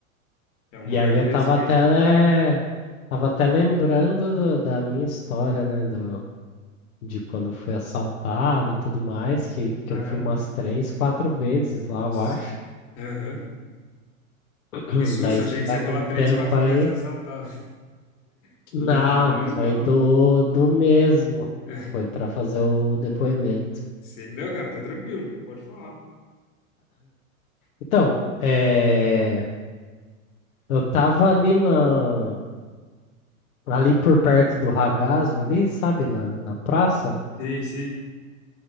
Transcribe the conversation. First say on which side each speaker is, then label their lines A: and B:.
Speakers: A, on the left; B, on the left.
A: É um
B: E
A: lugar
B: aí
A: de
B: eu
A: respeito.
B: tava até, né, tava até lembrando do- da minha história, né, do de quando eu fui assaltado e tudo mais, que, que
A: Caramba.
B: eu fui umas três, quatro vezes lá, eu
A: Ps-
B: acho.
A: Aham.
B: <clears throat>
A: Que susto,
B: Daí
A: achei
B: se tiver
A: que você ia
B: com
A: falar três,
B: tempo
A: quatro
B: aí.
A: vezes assaltado. <laughs>
B: Não,
A: Ufa, menos
B: foi
A: mal.
B: do, do mesmo.
A: É,
B: Foi para fazer o depoimento.
A: sei. Não, cara, tá tranquilo. Pode falar.
B: Então, é, eu tava ali na, ali por perto do Ragazzo, ali, sabe, na, na praça.
A: Sei, sei.